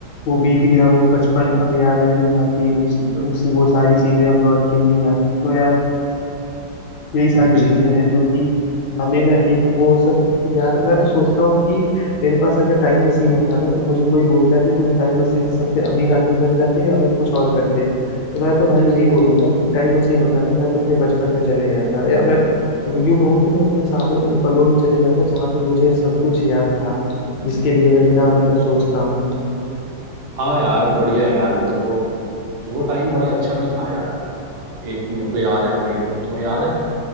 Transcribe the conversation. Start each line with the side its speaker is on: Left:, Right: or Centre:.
Left: वो बीत गया वो बचपन अब याद नहीं आती उस, उस वो सारी चीजें अब लौट के नहीं आती तो यार यही सारी
Right: बिल
Left: चीजें हैं जो कि हमें ना एक वो सब यार मैं तो सोचता हूँ कि मेरे पास अगर टाइम मशीन होता ना तो मुझे कोई बोलता है कि तुम टाइम मशीन से सबसे अमीर आदमी बन जाते या मैं कुछ और करते तो मैं तो भाई यही बोलूंगा कि टाइम मशीन होता ना मैं तो अपने बचपन में चले जाता या मैं यूं कहूँ तो मैं अपने सारे उन पलों में चले जाता जहाँ पे मुझे सब कुछ याद था जिसके लिए मैं इतना मतलब सोचता हूँ
Right: हाँ यार बढ़िया यार मतलब वो वो टाइम बड़ा अच्छा भी था यार एक मेरे को याद है हमें तुम्हें याद है